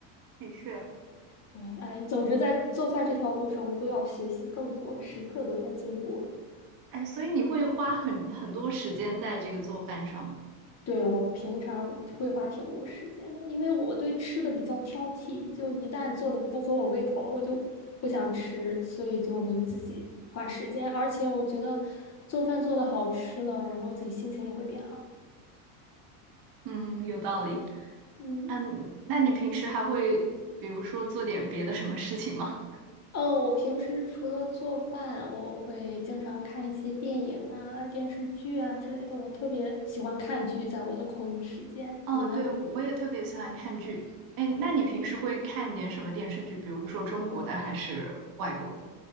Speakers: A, on the right (about 50°); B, on the left (about 35°).
A: 的确，
B: 对，哎，总之在做饭这条路上，我们都要学习更多，时刻都在进步。
A: 哎，所以你会花很很多时间在这个做饭上吗？
B: 对，我平常会花挺多时间的，因为我对吃的比较挑剔，就一旦做的不合我胃口了，我就不想吃，所以就会自己花时间。而且我觉得做饭做的好吃了，然后自己心情也会变好。
A: 嗯，有道理。
B: 嗯，
A: 嗯，那你平时还会比如说做点别的什么事情吗？
B: 哦，我平时除了做饭，我会经常看一些电影啊、电视剧啊之类的。我特别喜欢看剧，在我的空余时间，
A: <laughs> 哦，
B: 你呢？
A: 对，我也特别喜欢看剧。哎，那你平时会看点什么电视剧？比如说中国的还是外国的？